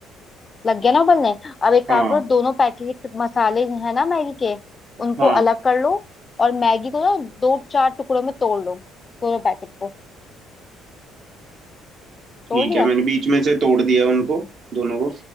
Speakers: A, on the left; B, on the right.
A: लग गया ना उबलने अब एक काम
B: हाँ
A: करो दोनों पैकेट मसाले है ना मैगी के उनको
B: हाँ
A: अलग कर लो और मैगी को ना दो चार टुकड़ों में तोड़ लो दोनों पैकेट को तोड़
B: ठीक
A: लिया
B: है मैंने बीच में से तोड़ दिया उनको दोनों को